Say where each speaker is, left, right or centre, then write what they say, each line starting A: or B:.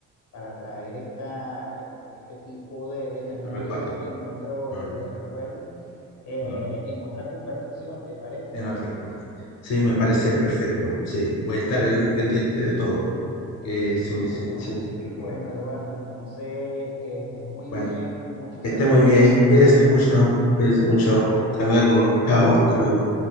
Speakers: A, on the left; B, on the left.
A: para traer esta, e, e, este tipo de, de memorias
B: esto recuerdo.
A: en otro,
B: Mm,
A: de, de recuerdos eh,
B: mm,
A: en otra conversación, ¿te parece?
B: en otras cosas. Sí, me parece perfecto. Sí, voy a estar el, pendiente de todo. Que
A: Bueno,
B: se me- se- se- se recuerda.
A: bueno, Eduardo, entonces que estés muy bien,
B: Bueno,
A: muchos
B: que
A: saludos,
B: esté muy bien. Cuídese mucho. Cuídese mucho.
A: chao.
B: Hasta luego. Chao, hasta luego.